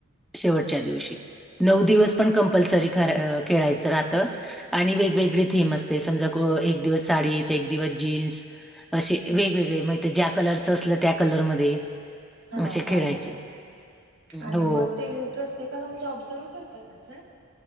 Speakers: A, in the centre; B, on the right.
A: शेवटच्या दिवशी. नऊ दिवस पण कंपल्सरी खर खेळायचं राहत आणि वेगवेगळी थीम असते समजा क एक दिवस साडीत, एक दिवस जीन्स असे
B: हम्म
A: वेगवेगळे मते ज्या कलरच असलं त्या कलरमध्ये
B: हा
A: अशी
B: साडी
A: खेळायची
B: म्हणून आणि
A: हो.
B: मग ते प्रत्येकाला म्हणजे ऑब्झर्व करतात असं?